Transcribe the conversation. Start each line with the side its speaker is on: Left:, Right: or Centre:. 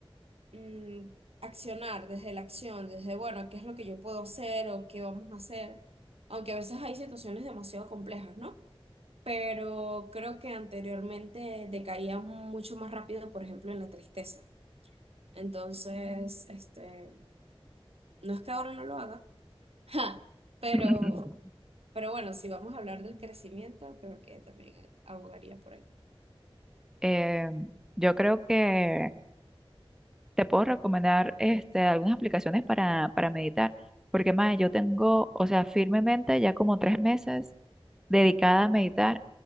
Right: mm, accionar desde la acción, desde, bueno, ¿qué es lo que yo puedo hacer o qué vamos a hacer? Aunque a veces hay situaciones demasiado complejas, ¿no? Pero creo que anteriormente decaía mucho más rápido, por ejemplo, en la tristeza. Entonces, este, no es que ahora no lo haga, <laughs> pero,
Centre: <laughs>
Right: pero bueno, si vamos a hablar del crecimiento, creo que también abogaría por ahí.
Centre: Eh, yo creo que te puedo recomendar este, algunas aplicaciones para, para meditar, porque más yo tengo, o sea, firmemente ya como tres meses dedicada a meditar